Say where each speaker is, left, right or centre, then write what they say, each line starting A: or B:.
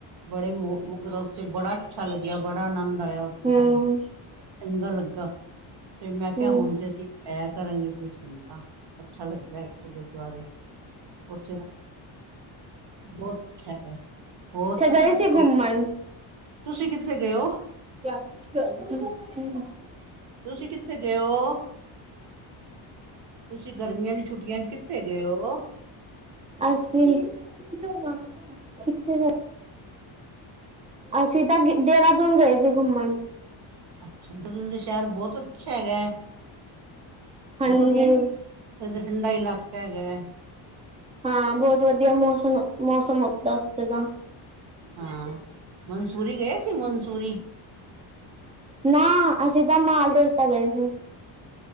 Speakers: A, on the right; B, on the right.
A: ਬੜੇ ਮ ਮਤਲਬ ਉੱਥੇ ਬੜਾ ਅੱਛਾ, ਲੱਗਿਆ ਬੜਾ ਆਨੰਦ ਆਇਆ, ਉੱਥੇ
B: ਹੂੰ,
A: ਸਾਨੂੰ ਚੰਗਾ ਲੱਗਾ, ਤੇ ਮੈਂ ਕਿਹਾ
B: ਹੂੰ।
A: ਹੁਣ ਤੇ ਅਸੀ। ਇਹ ਕਰਗੇ ਤੇ ਸੁਣ ਤਾਂ ਅੱਛਾ ਲੱਗਦਾ, ਇੱਥੇ ਗੁਰਦੁਆਰੇ ਉੱਥੇ ਬਹੁਤ ਹੈ, ਹੋਰ ਤੁਸੀਂ
B: ਗਏ
A: ਕਿੱਥੇ
B: ਸੀ ਘੁੰਮਣ?
A: ਗੇ? ਤੁਸੀਂ ਕਿੱਥੇ ਗਏ ਹੋ?
B: <unintelligible>
A: ਤੁਸੀਂ ਕਿੱਥੇ ਗਏ ਹੋ? ਤੁਸੀਂ ਗਰਮੀਆਂ ਦੀ ਛੁੱਟੀਆਂ ਚ ਕਿੱਥੇ ਗਏ ਹੋ?
B: ਅਸੀਂ ਕਿਥੇ <inaudible> ਅਸੀਂ ਤਾਂ ਦੇਹਰਾਦੂਨ ਗਏ ਸੀ, ਘੁੰਮਣ
A: ਅੱਛਾ, ਦਾ ਸ਼ਹਿਰ ਬਹੁਤ ਅੱਛਾ ਹੈਗਾ ਹੈ,
B: ਹਾਂਜੀ।
A: ਬਹੁਤ ਵਧੀਆ ਇਹ ਤਾਂ ਠੰਡਾ ਇਲਾਕਾ ਹੈਗਾ।
B: ਹਾਂ ਬਹੁਤ ਵਧੀਆ ਮੌਸਮ-ਮੌਸਮ ਦਾ ਉੱਥੇ ਦਾ,
A: ਹਾਂ। ਮਨਸੂਰੀ ਗਏ ਸੀ ਮਨਸੂਰੀ?
B: ਨਾ ਅਸੀਂ ਤਾਂ ਮਾਲ ਦੇਵਤਾਂ ਗਏ ਸੀ।